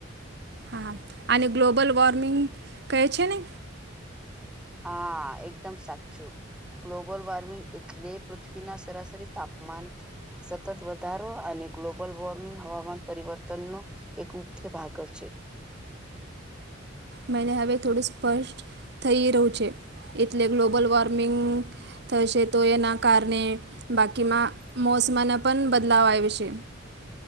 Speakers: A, on the right; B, in the centre.
A: હા આને ગ્લોબલ વોર્મિંગ કહે છે ને
B: હા એકદમ સાચું ગ્લોબલ વોર્મિંગ એટલે પૃથ્વીના સરાસરી તાપમાન સતત વધારો અને ગ્લોબલ વોર્મિંગ હવામાન પરિવર્તનનો એક મુખ્ય ભાગ છે
A: મને હવે થોડું સ્પષ્ટ થઈ રહ્યું છે એટલે ગ્લોબલ વોર્મિંગ થશે તો એના કારણે બાકીમાં મોસમાના પણ બદલાવ આવે છે